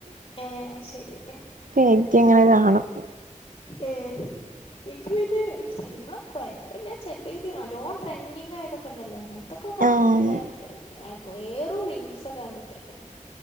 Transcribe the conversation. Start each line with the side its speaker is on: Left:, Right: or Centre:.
Left: ഏഹ് ഏഹ് അത് ശരി
Right: കേറ്റിങ്ങനെ
Left: ഏഹ്
Right: കാണും.
Left: ഏഹ് ഇൻക്ക് പിന്നെ സിനിമ കൊഴപ്പല്ല ചെൽപ്പോ ഇടി നല്ലോ ട്രെൻഡിങ് ആയതൊക്കെണ്ടല്ലോ അങ്ങൻ ഇതൊക്കെ കാണുന്നല്ലാതെ
Right: ആഹ്
Left: ട്രെ ഏറും റീൽസൊക്കെ കണ്ടുത്ത്രക്കലാ.